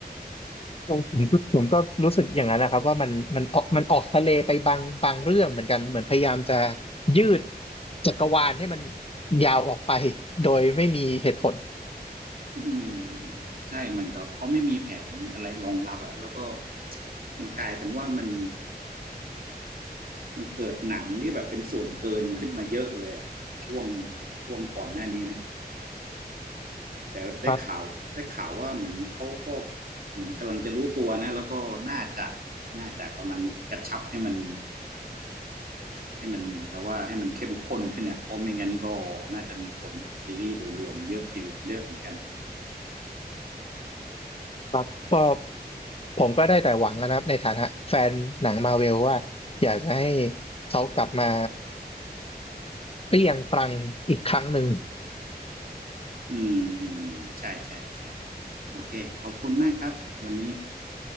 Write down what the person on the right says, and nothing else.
อืมใช่เหมือนกับเขาไม่มีแผนอะไรรองรับอะแล้วก็มันกลายเป็นว่ามันมันเกิดหนังที่แบบเป็นส่วนเกินขึ้นมาเยอะเลยอะช่วงช่วงก่อนหน้านี้นะแต่ได้ข่าวได้ข่าวว่าเหมือนเขาก็
เหมือนกำลังจะรู้ตัวนะแล้วก็น่าจะน่าจะกำลังกระชับให้มันให้มันเหมือนกับว่าให้มันเข้มข้นขึ้นอะเพราะไม่งั้นก็น่าจะมีผลกับซีรีส์โดยรวมเยอะทีเดียวเยอะเหมือนกัน
อืมอืมใช่ใช่ใช่ โอเค ขอบคุณมากครับ วันนี้